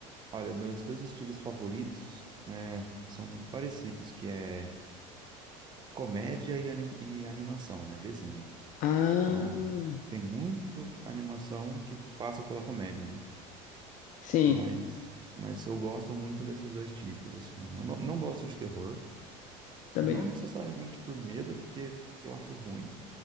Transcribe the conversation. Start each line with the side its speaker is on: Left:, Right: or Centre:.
Right: olha, meus dois estilos favoritos, né, são muito parecidos, que é comédia e, anim- e animação, né, desenho.
Left: Ah,
Right: Então, tem muito animação que passa pela comédia, né?
Left: sim,
Right: Mas, mas eu gosto muito desses dois tipos, assim. Eu não, não gosto de terror,
Left: também
Right: não
Left: não.
Right: necessariamente por medo, porque eu acho ruim,